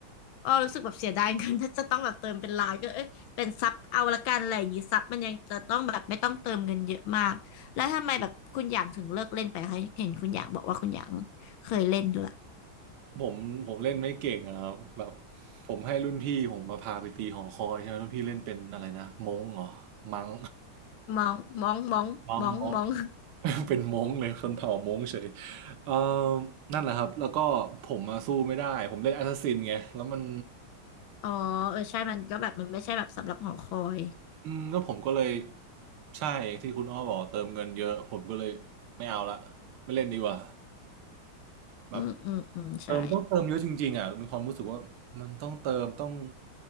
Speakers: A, on the left; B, on the right.
A: อ้อรู้สึกแบบเสียดายเงิน <laughs> ถ้าจะต้องแบบเติมเป็นล้านก็เอ้ยเป็นซับเอาละกันอะไรอย่างงี้ซับมันยังจะต้องแบบไม่ต้องเติมเงินเยอะมากแล้วทำไมแบบคุณหยางถึงเลิกเล่นไปคะเห็นคุณหยางบอกว่าคุณหยางเคยเล่นด้วย
B: ผมผมเล่นไม่เก่งอะครับแบบผมให้รุ่นพี่ผมมาพาไปตีหอคอยใช่ไหมรุ่นพี่เล่นเป็นอะไรนะม้งเหรอมัง
A: มองมองมองมองมอง
B: มังม้ง <laughs> เป็นม้งเลยคนเผ่าม้งเฉยเออนั่นแหละครับแล้วก็ผมมาสู้ไม่ได้ผมเล่นแอสซัสซินไงแล้วมัน
A: อ๋อเออใช่มันก็แบบมันไม่ใช่แบบสำหรับหอคอย
B: อืมก็ผมก็เลยใช่ที่คุณอ้อบอกเติมเงินเยอะผมก็เลยไม่เอาละไม่เล่นดีกว่าแบบ
A: อืมอืมอืมใช่
B: เติมต้องเติมเยอะจริงๆอ่ะมีความรู้สึกว่ามันต้องเติมต้อง